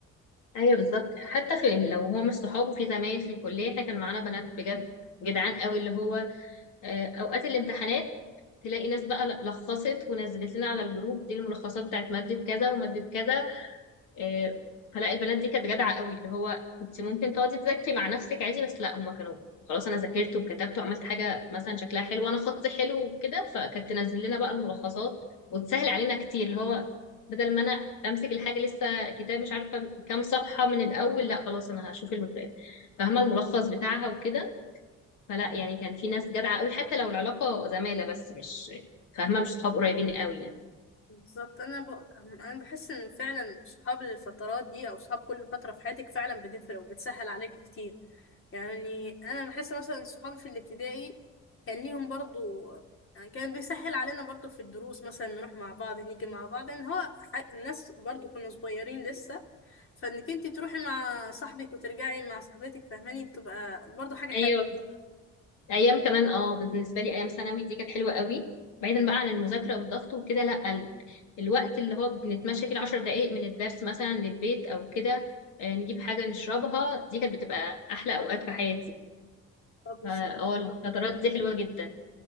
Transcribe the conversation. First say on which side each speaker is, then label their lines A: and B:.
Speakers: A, on the left (about 85°); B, on the left (about 45°).
A: ايوه بالظبط حتى في لو هو مش صحابه في زمايل في الكليه احنا كان معانا بنات بجد جدعان قوي اللي هو آه، اوقات الامتحانات تلاقي ناس بقى لخصت ونزلت لنا على الجروب دي الملخصات بتاعت ماده كذا وماده كذا آه، فلا البنات دي كانت جدعه قوي اللي هو انت ممكن تقعدي تذاكري مع نفسك عادي بس لا هما كانوا خلاص انا ذاكرت وكتبت وعملت حاجه مثلا شكلها حلو وانا خطي حلو وكده فكانت تنزل لنا بقى الملخصات وتسهل علينا كتير اللي هو بدل ما انا امسك الحاجه لسه كتاب مش عارفه كام صفحه من الاول لا خلاص انا هشوف الم- فاهمه الملخص بتاعها وكده فلا يعني كان في ناس جدعة قوي حتى لو العلاقة زمالة بس مش فاهمة مش صحاب قريبين قوي يعني
B: بالظبط انا ب... انا بحس ان فعلا صحاب الفترات دي او صحاب كل فتره في حياتك فعلا بتفرق وبتسهل عليك كتير يعني انا بحس مثلا صحابي في الابتدائي كان ليهم برضو يعني كان بيسهل علينا برضو في الدروس مثلا نروح مع بعض نيجي مع بعض ان هو ح- الناس برضو كنا صغيرين لسه فانك انت تروحي مع صاحبك وترجعي مع صاحبتك فاهماني بتبقى برضو حاجه حلوه
A: ايوه ايام كمان اه بالنسبة لي ايام ثانوي دي كانت حلوة قوي بعيدا بقى عن المذاكرة والضغط وكده لا ال- الوقت اللي هو بنتمشى كده 10 دقايق من الدرس مثلا للبيت او كده آه، نجيب حاجة نشربها دي كانت بتبقى احلى اوقات في حياتي
B: طب بالظبط
A: فاه الفترات دي حلوة جدا